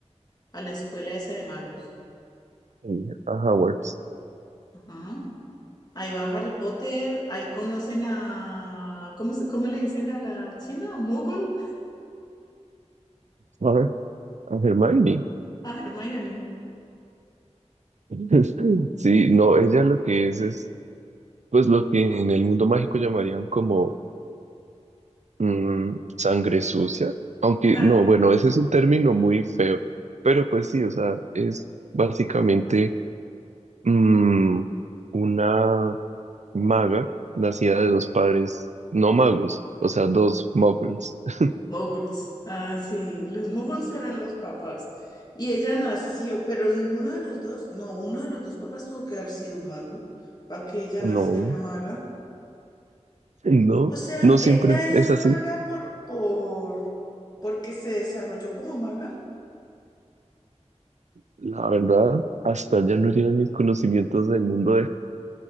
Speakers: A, on the left (about 35°); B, on the right (about 75°).
A: a la escuela esa de magos.
B: eh, a Howard,
A: Ajá. Ahí va Harry Potter, ahí conocen a, ¿cómo, se- cómo le dicen a la china? ¿Mogul?
B: a ver, a Hermione.
A: A Hermione.
B: <laughs> Sí, no, ella lo que es es, pues lo que en el mundo mágico llamarían como Mm, sangre sucia, aunque
A: Tan
B: no, bueno, ese es un término muy feo, pero pues sí, o sea, es básicamente mm, una maga nacida de dos padres no magos, o sea, dos muggles. <laughs>
A: moguls. Ah, sí, los moguls eran los papás. Y ella nació, pero ninguno de los dos, no, uno de los dos papás tuvo que haber sido mago para que ella naciera
B: No,
A: maga.
B: no,
A: O sea,
B: no siempre
A: ella es
B: es así,
A: maga por, por, porque se desarrolló como maga.
B: la verdad, hasta ya no llegan mis conocimientos del mundo